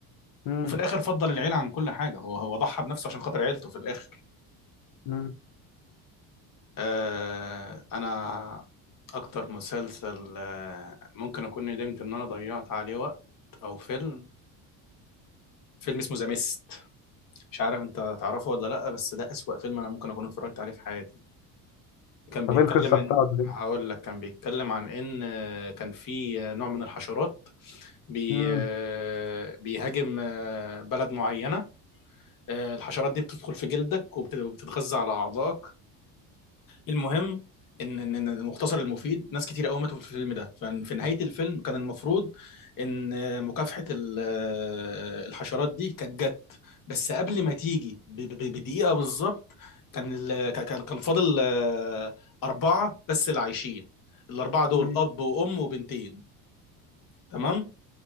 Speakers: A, on the left; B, on the left.
A: مم.
B: وفي الاخر فضل العيله عن كل حاجه هو هو ضحى بنفسه عشان خاطر عيلته في الاخر
A: مم.
B: آه، انا اكتر مسلسل آه، ممكن اكون ندمت ان انا ضيعت عليه وقت او فيلم فيلم اسمه ذا ميست مش عارف انت تعرفه ولا لا بس ده اسوأ فيلم انا ممكن اكون اتفرجت عليه في حياتي كان
A: طب
B: بيتكلم
A: ايه القصه
B: ان
A: بتاعته دي
B: هقول لك كان بيتكلم عن ان آه، كان في آه، نوع من الحشرات بي
A: مم.
B: آه، بيهاجم آه، بلد معينة آه، الحشرات دي بتدخل في جلدك وبت- وبتتغذى على أعضائك المهم ان ان إن المختصر المفيد ناس كتير قوي ماتوا في الفيلم ده ففي نهايه الفيلم كان المفروض ان مكافحه ال- الحشرات دي كانت جت بس قبل ما تيجي ب- ب- بدقيقه بالظبط كان ال- ك- كان كان فاضل آه، اربعه بس اللي عايشين الاربعه دول
A: مم.
B: اب وام وبنتين تمام